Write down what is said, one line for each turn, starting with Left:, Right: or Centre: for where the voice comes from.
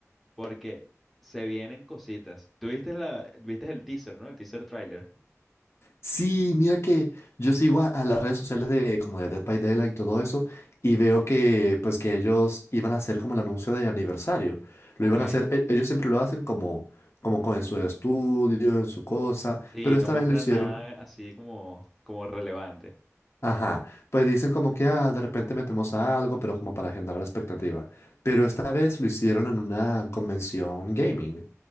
Centre: porque se vienen cositas. ¿Tú viste la, viste el teaser, ¿no? El teaser trailer.
Left: Sí, mira que yo sigo a, a las redes sociales de como de Dead by Daylight y todo eso y veo que pues que ellos iban a hacer como el anuncio de aniversario. Lo
Centre: Ok.
Left: iban a hacer, e-
Centre: Sí,
Left: ellos siempre lo hacen como como con en su estudio, en su cosa,
Centre: Sí,
Left: pero esta
Centre: no muestran
Left: vez lo hicieron,
Centre: nada así como, como relevante.
Left: ajá, pues dicen como que ah, de repente metemos a algo, pero como para generar expectativa. Pero esta vez lo hicieron en una convención gaming